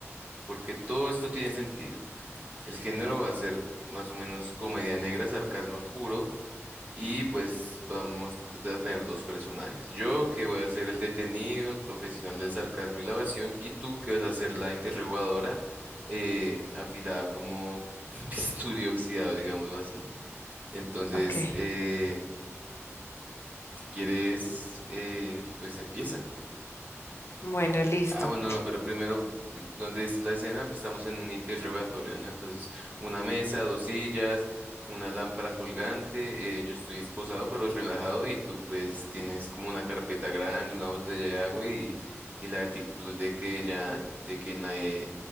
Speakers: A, on the right; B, on the left.
A: porque todo esto tiene sentido. El género va a ser más o menos comedia negra, sarcasmo puro, Y pues vamos a tener dos personajes. Yo que voy a ser el detenido, el profesional del sarcasmo y la evasión, y tú que vas a ser la interrogadora, eh, afilada como <laughs> bisturi oxidado, digámoslo así. Entonces,
B: Ok,
A: eh, si quieres, eh, pues empieza.
B: bueno, listo,
A: Ah, bueno, no, pero primero, di- ¿dónde es la escena? Pues Estamos en un interrogatorio, ¿no? Entonces, una mesa, dos sillas, una lámpara colgante, eh, yo estoy esposado pero relajado y tú pues tienes como una carpeta grande, una botella de agua y, y la actitud de que ya, de que nadie,